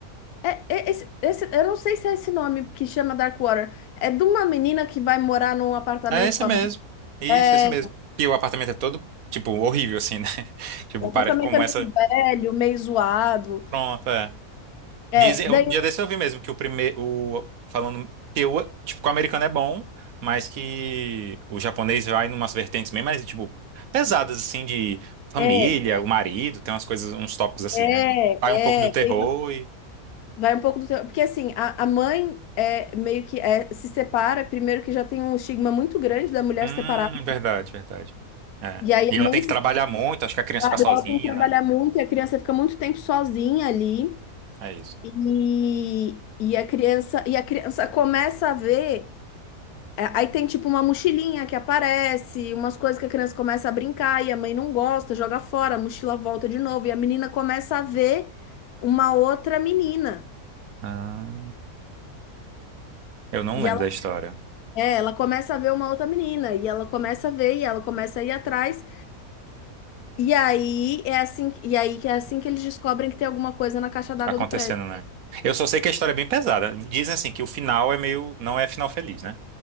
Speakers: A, on the left (about 75°); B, on the right (about 70°).
A: É, é- esse, esse- eu não sei se é esse nome que chama Dark Water. É de uma menina que vai morar num apartamento
B: É esse
A: com
B: mesmo.
A: a mãe.
B: Isso,
A: É,
B: esse mesmo. E o apartamento é todo, tipo, horrível, assim, né? <laughs> Tipo,
A: O apartamento
B: para como
A: é meio
B: essa.
A: velho, meio zoado.
B: Pronto, é.
A: É,
B: Dizem,
A: daí
B: um dia desse eu vi mesmo que o primeiro, o, falando que o, tipo, que o americano é bom, mas que o japonês vai numas vertentes bem mais, tipo, pesadas, assim, de família,
A: é,
B: o marido, tem umas coisas, uns tópicos assim,
A: é,
B: né? Vai um pouco do
A: é,
B: terror
A: tem uma-
B: e...
A: vai um pouco do teu, porque assim, a, a mãe é meio que é, se separa, primeiro que já tem um estigma muito grande da mulher
B: Hum,
A: separada,
B: verdade, verdade. É.
A: e aí
B: E
A: a
B: ela
A: mãe
B: tem que
A: se
B: trabalhar muito, acho
A: separa,
B: que a criança fica sozinha,
A: ela tem que trabalhar
B: né?
A: muito e a criança fica muito tempo sozinha ali.
B: É isso.
A: E, e a criança e a criança começa a ver É, Aí tem tipo uma mochilinha que aparece, umas coisas que a criança começa a brincar e a mãe não gosta, joga fora, a mochila volta de novo e a menina começa a ver uma outra menina.
B: Ah, eu não
A: E
B: lembro
A: ela,
B: da história.
A: é, ela começa a ver uma outra menina e ela começa a ver e ela começa a ir atrás. E aí é assim, e aí que é assim que eles descobrem que tem alguma coisa na caixa d'água
B: Tá acontecendo,
A: do prédio.
B: né? Eu só sei que a história é bem pesada. Dizem assim que o final é meio. Não é final feliz, né?